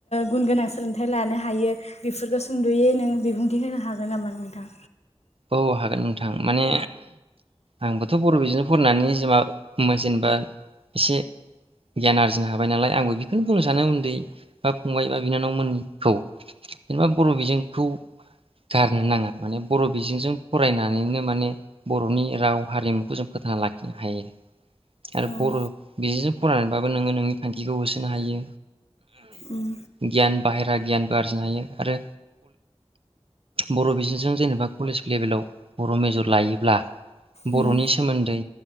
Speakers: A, on the left; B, on the right.
A: गुन गोनां सोलोंथाइ लानो हायो बेफोरखौ सुंद'यै नों दिन्थिहोनो हागोन नामा नोंथां?
B: औ हागोन नोंथां माने आंबोथ' बर' बिजोंनो फरायनानै जेनेबा जेनेबा एसे गियान आरजिनो हाबाय नालाय आंबो बेखौनो बुंनो सानो उन्दै बा फंबाय बा बिनानावमोनखौ जेनेबा बर' बिजोंखौ गारनो नाङा माने बर' बिजोंजों फरायनानैनो माने बर'नि राव हारिमुखौ जों फोथांना लाखिनो हायो आरो
A: ओं
B: बर' बिजोंजों फरायनानैबाबो नोङो नोंनि थांखिखौ होसोनो हायो
A: उम
B: गियान बाहेरा गियानबो आरजिनो हायो आरो बर' बिजोंजों जेनेबा कलेज लेभेलाव बर' मेजर लायोब्ला बर'नि
A: उम
B: सोमोन्दै